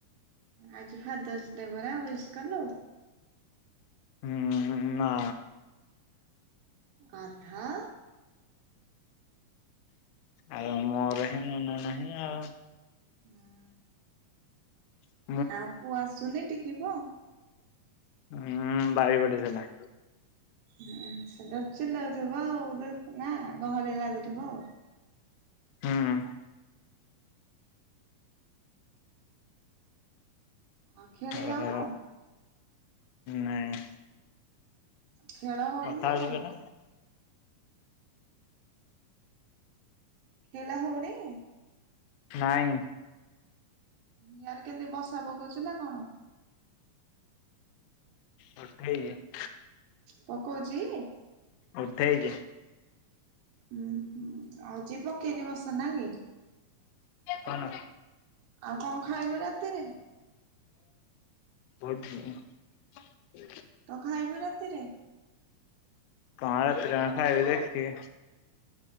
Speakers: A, on the right; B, on the left.
A: ଆଜି ଫାଦର୍ସ ଡେ ପରା, ୱୀସ୍ କଲୁ?
B: ହୁଁ, ଉଁ ନା।
A: ଗଧ!
B: ଆଉ, ମୋର ହିଁ ମନେ ନାହିଁ ଆଉ!
A: ହଁ!
B: ହଁ!
A: ଆଉ ପୁଅ ଆସୁନି, ଟିକି ପୁଅ?
B: ହୁଁ, ବାରି ପଟେ ଥିଲା!
A: ହୁଁ, ସେଟା ଚିଲଉଥିବ, ଆଉ ନା ଗହଳି ଲାଗୁଥିବ ଆଉ!
B: ହୁଁ।
A: ଆଉ ଖେଳି
B: ଅ
A: ଯାଉନୁ
B: ହ, ନାଇଁ!
A: ଖେଳ ହଉନି
B: କଥା
A: ନା
B: ହଉଛି
A: କଣ?
B: ପରା
A: ଖେଳା ହଉନି?
B: ନାଇଁ!
A: ଇଆଡେ କେମତି ବର୍ଷା ପକଉଛି, ନା କଣ?
B: ବର୍ଷା ହେଇଚି।
A: ପକଉଛି?
B: ଉଠେଇଛି!
A: ହୁଁ ହୁଁ ହଉଚି ପକେଇନି ବଷା ନାକି?
B: କଣ?
A: ଆଉ କଣ ଖାଇଲୁ, ରାତିରେ?
B: ଭଟ <inaudible>
A: ତ ଖାଇବୁ ରାତିରେ?
B: କଣ ରାତିରେ କଣ ଖାଇବି ଦେଖିବି।